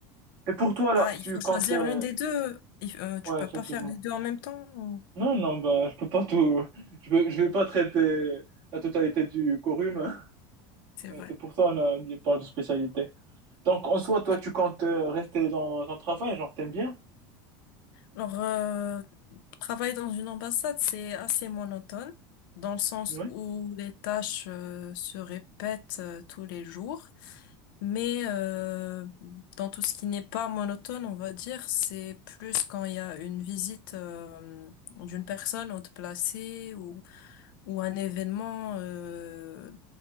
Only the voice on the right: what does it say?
Et pour toi, là,
tu
comptes...
euh,
Ouais,
effectivement.
Non, non, ben, je peux pas tout... Je vais, je vais pas traiter la totalité du quorum. <laughs>
hein.
C'est pour ça on a- on parle de spécialité. Donc, en soi, toi,
tu comptes euh, rester dans ton travail, genre, t'aimes bien?
Ouais.